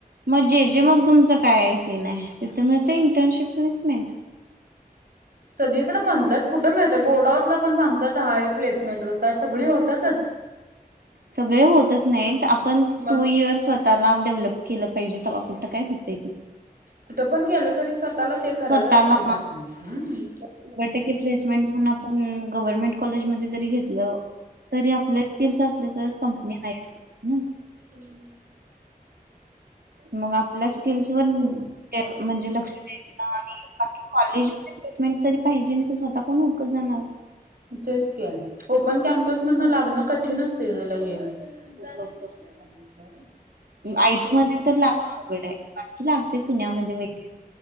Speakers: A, on the right (about 85°); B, on the right (about 70°).
A: मग जे जे मग तुमचं कायसीने. तिथं मिळतं इंटर्नशिप प्लेसमेंट.
B: सगळीकडें म्हणतात. कुठं मळतं गोडावतला पण सांगतात. हायवे प्लेसमेंट क काय सगळी होतातच. <inaudible>
A: सगळे होतच नाहीत. आपण
B: मग
A: टू इयर्स स्व ताला डेव्हलप केलं पाहिजे. तेव्हा कुठं काय होतं तेच.
B: कुठं पण गेल तरी स्वतःला ते करायलाच
A: स्वतःला
B: पाहिजे आपण. हम्म.
A: शंभर टक्के प्लेसमेंट म्हणून आपण, गव्हर्नमेंट कॉलेजमध्येध्ये जरी घेतलं, तरी आपल्या स्किल्स असल्या तर कंपनी हाई
B: <inaudible>
A: मग आपल्या स्किल्स वर
B: खूप
A: म्हणजे लक्ष द्यायचं. आणि बाकी कॉलेज प्लेसमेट तरी पाहिजे. नाही त ते स्वतः कोण हुडकत जाणार.
B: तेच की. ओपन कॅम्पस मधन लागणं कठीण असते ग लगे. ग
A: लवकर.
B: <inaudible>
A: आयटी मध्ये तर लागणं अवघडे. बाकी लागते पुण्यामध्ये वगैरे.